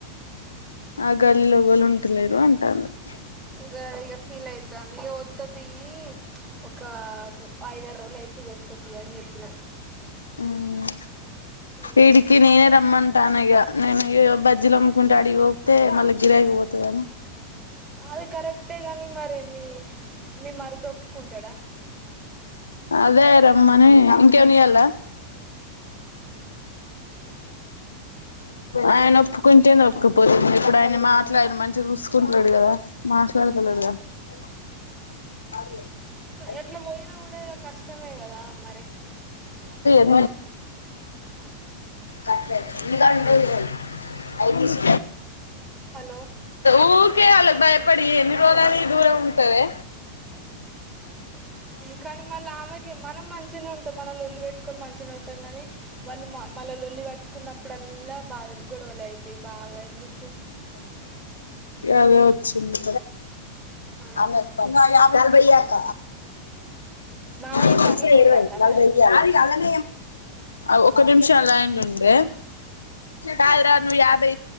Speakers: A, on the left; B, on the right.
A: ఆ గల్లిలో ఎవలు ఉంటలేరు అంటన్ ది
B: గరిగా ఫీల్ అవుతాంది, ఇ వత్తతి ఒక ఐదరు రోజులు అయిత ఇక వత్తతి అని చెప్పిన
A: మ్
B: మ్మ్
A: ఇడుకి నేనే రమ్మం టాన ఇక నేను ఇో ఇక బజ్జిలు అమ్ముకుంటాడు అడికి పోతే మళ్ళ గిరయికపోతది అని
B: అది కరెక్టే గాని మరి మీ మీ మరిది ఒప్పుకుంటాడా
A: అదే రమ్మని ఇంకేమని ఇవ్యాలా, ఆయన ఒప్పుకుంటే ఒప్పుపోతుంది ఇప్పుడు ఆయన మాట్లాడు మంచి చూసుకుంటన్నాడు కదా మా <unintelligible>
B: ఎట్లా పోయినా కూడా కష్టమే కదా మరి
A: మ ఇవ కట్ ని కా ఇవ ఐ తీసు
B: హలో
A: ఊ కే వాళ్ళకి భయపడి ఎన్ని రోజులని దూరం ఉంటవే
B: కానీ మళ్ళ ఆమెకే మనం మంచినే ఉంటాం మనం లొల్లి పెట్టుకొని మంచినే ఉంటాం కాని వాళ్ళు మళ్ళ లల్లి పట్టుకున్నప్పుడల్లా బాధ గొడవలు అవుతాయి బాగా ఎందుకు
A: అదే వచ్చింది
B: ఆ
A: అమె బయక
B: మామయ్య
A: <unintelligible>
B: పనికి పోతాండా
A: న
B: మరి
A: అ అద <unintelligible> ఒక నిమిషం అలైన్ల ఉండే కాదురా
B: ఆ
A: ను యాభై